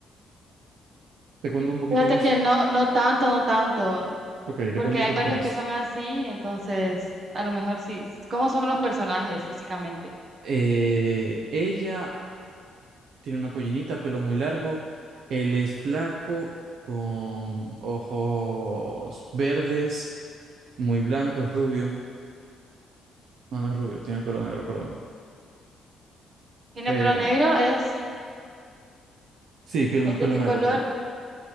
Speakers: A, on the right; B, on the right.
A: ¿Te cuento un poquito
B: Fíjate
A: más?
B: que no, no tanto, no tanto.
A: Ok, te
B: Porque
A: cuento
B: hay
A: un poquito
B: varios
A: más.
B: que son así, entonces a lo mejor sí. ¿Cómo son los personajes físicamente?
A: Eh, ella tiene una pollinita, pelo muy largo. Él es flaco, con ojos verdes, muy blanco, es rubio. No, no es rubio, tiene el pelo negro, perdón.
B: ¿Tiene
A: Eh,
B: pelo negro? ¿Es,
A: sí, pelo,
B: es
A: pelo
B: de qué
A: negro
B: color?
A: tiene.